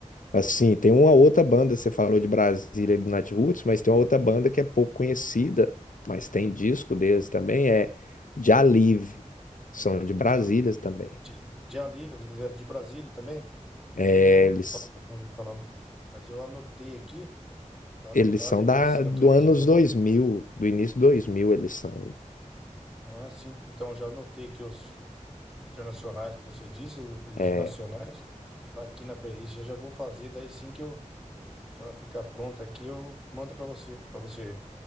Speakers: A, on the left; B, in the centre.
A: assim, tem uma outra banda, você falou de Brasília e do Natiruts, mas tem uma outra banda que é pouco conhecida, mas tem disco deles também, é Jalive, são de Brasília
B: De, Al-
A: também.
B: de, de Alívio, ele é de Brasília também? Não,
A: É,
B: não ouvi
A: eles,
B: falar, não ouvi falar. não. Mas eu anotei aqui, tá anotado
A: eles são
B: aqui
A: da,
B: esses cantores
A: do anos
B: que você falou.
A: 2000, do início 2000 eles são.
B: Ah, sim. Então, eu já anotei aqui os internacionais que você disse, os,
A: É,
B: os nacionais. Tá aqui na playlist, já já vou fazer, daí sim que eu. que ela ficar pronta aqui, eu mando para você, para você